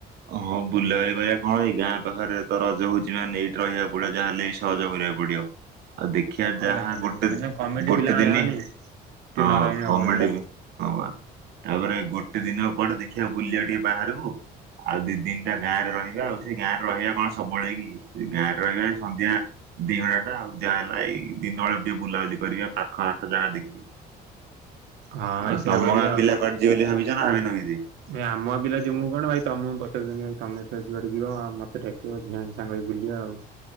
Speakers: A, on the right; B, on the right.
A: ହଁ ବୁଲାବୁଲି କରିଆ କଣ ଏଇ ଗାଁ ପାଖରେ ତ ରଜ ହଉଚି ମାନେ ଏଇଠି ରହିଆକୁ ପଡିବ ଯାହା ହେଲେ ବି ସହଯ କରିଆକୁ ପଡିଅ। ଆ ଦେଖିଆ
B: ହଁ
A: ଯାହା
B: ଭାଇ ହଁ
A: ଗୋଟେ
B: କମିଟି
A: ଗୋଟେ
B: ପିଲା
A: ଦିନି
B: ମାନେ କି
A: ହଁ
B: ନ ରହିନୁ ହବନି
A: କମିଡି କି ହଁ ବା ତାପରେ ଗୋଟେ ଦିନ କୁଆଡେ ଦେଖିଆ ବୁଲିଆ ଟିକେ ବାହାରକୁ। ଆଉ ଦି ଦିନିଟା ଗାଁ ରେ ରହିବା ଆଉ ସେଇ ଗାଁରେ ରହିବା କଣ ସବୁବେଳେ କି ସେ ଗାଁରେ ରହିବା ଏ ସନ୍ଧ୍ୟା ଦି ଘଣ୍ଟା ଟା ଆଉ ଯାହା ହେଲା ଏଇ ଦିନ ଅଳୁ ଟିକେ ବୁଲାବୁଲି କରିବା ପାଖ ଆଖ ଯାହା ଦେଖିକି।
B: ହଁ
A: ଆଉ
B: ଭାଇ ସେଇଆ
A: ତମ
B: କରିବା
A: ଗାଁ
B: ଆଉ
A: ପିଲା କୁଆଡ୍ ଯିବ ବୋଲି ଭାବିଚ ନା ଭାବିନ କିଛି?
B: ଭାଇ ଆମ ପିଲା ଯିମୁ କଣ ଭାଇ ତମକୁ ପଚାରୁ ଥିନି ଭାଇ ତମେ ତ ଯୁଆଡେ ଯିବ ଆ ମତେ ଡା <unintelligible> ସାଙ୍ଗ ହେଇ ବୁଲିଆ ଆଉ।